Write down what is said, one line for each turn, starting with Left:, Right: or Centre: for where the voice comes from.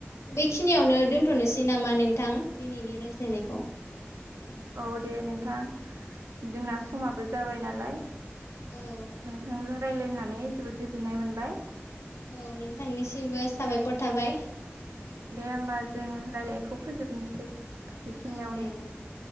Left: बेखिनियावनो दोनथ'नोसै नामा नोंथां दिनैनि रायज्लायनायखौ?
Right: औ दे नोंथां जोंना समाबो जाबाय नालाय।
Left: औ
Right: नोंथांजों राय्लायनानै जोबोद गोजोननाय मोनबाय
Left: औ नोंथांनिसिमबो साबायखर थाबाय।
Right: दे होमबा जों रायज्लायनायखौ फोजोबनोसै। बेखिनियावनो
Left: औ दे नोंथां।